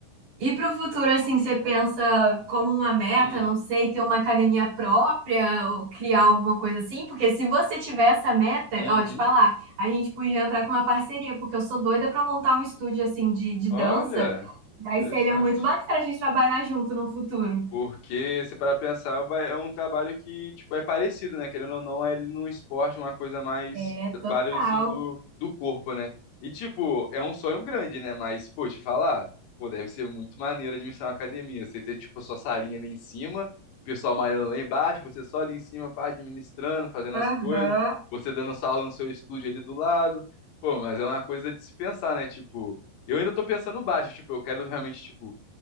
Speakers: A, on the right (about 45°); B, on the left (about 75°).
A: E para o futuro, assim, você pensa como uma meta,
B: Hum,
A: não sei, ter uma academia própria ou criar alguma coisa assim? Porque se você tiver essa meta,
B: uhum.
A: ó, te falar, a gente podia entrar com uma parceria, porque eu sou doida para montar um estúdio, assim, de, de
B: Olha,
A: dança. Daí
B: interessante.
A: seria muito maneiro a gente trabalhar junto no futuro.
B: Porque, se parar pra pensar, vai- é um trabalho que, tipo, é parecido, né? Querendo ou não, é ele no esporte uma coisa mais
A: É,
B: trabalho,
A: total.
B: assim, do, do corpo, né? E, tipo, é um sonho grande, né? Mas, pô, te falar, pô, deve ser muito maneiro administrar uma academia. Você ter, tipo, a sua salinha ali em cima, o pessoal malhando lá embaixo, você só ali em cima, pá, administrando, fazendo
A: Aham.
B: as coisas, você dando sua aula no seu estúdio ali do lado. Pô, mas é uma coisa de se pensar, né? Tipo, eu ainda tô pensando baixo, tipo, eu quero realmente, tipo,